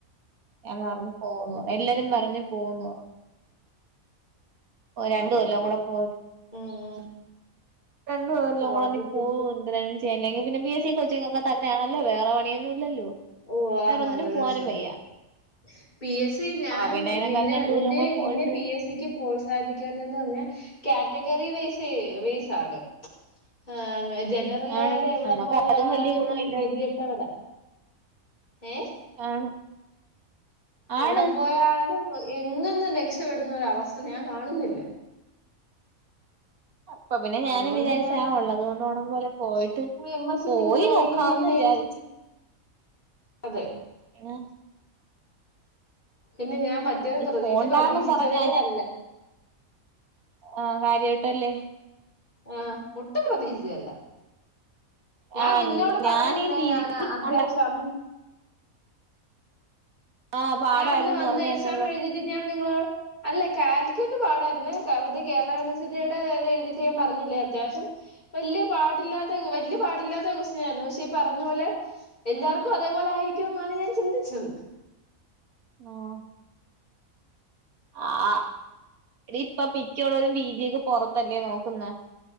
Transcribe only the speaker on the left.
ഉം ഉം.
ക്വാളിഫിക്കേഷൻ
ഓഹ് ആന്ന്
ആന്ന് തീർച്ചയായിട്ടും.
പി എസ് സി ഞാൻ
നിന്നെ
നിന്നെ
നിന്നെ പി എസ് സിക്ക് പ്രോത്സാഹിപ്പിയ്ക്കാനെന്ന് പറഞ്ഞാൽ കാറ്റഗറി വൈസ് വൈസ് ആണ്. ആഹ് ജനറലുകാര്
എവിടെ
പോയാലും
ഗതികെട്ടവരാ. ഏഹ്.
എവിടെ
പോയാലും എങ്ങുന്ന് രക്ഷപെടുന്ന ഒര അവസ്ഥ ഞാൻ കാണുന്നില്ല.
അതുകൊണ്ട്
ഞാൻ
എം എസ് സി
ചെയ്യുന്നതായിരിക്കും
പിന്നെയും
അതെ.
പിന്നെ ഞാൻ മറ്റേത്
പ്ര
ഇത് പ്രതീക്ഷിച്ചതേ
അല്ല.
ആഹ് ഒട്ടും പ്രതീക്ഷിച്ചതല്ല. ഞാൻ
നിന്നോട് പറഞ്ഞില്ലേ
ഞാൻ
അത്യാവശ്യം
ആണെന്ന്
ഞാൻ അന്ന് വന്ന്
എക്സാം എഴുതിട്ട് ഞാൻ നിങ്ങ അല്ല കാലിക്കറ്റ് പാടായിരുന്നു മറ്റേ കേരള യൂണിവേഴ്സിറ്റിയുടെ ഇത് എഴുതിയിട്ട് ഞാൻ പറഞ്ഞില്ലേ അത്യാവശ്യം. വല്യ പാടില്ലാത്ത വല്യ പാടില്ലാത്ത കൊസ്റ്റിയനായിരുന്നു പക്ഷെ ഈ പറഞ്ഞ പോലെ. എല്ലാർക്കും അതേപോലെ ആയിരിക്കോ എന്നാണ് ഞാൻ ചിന്തിച്ചത്.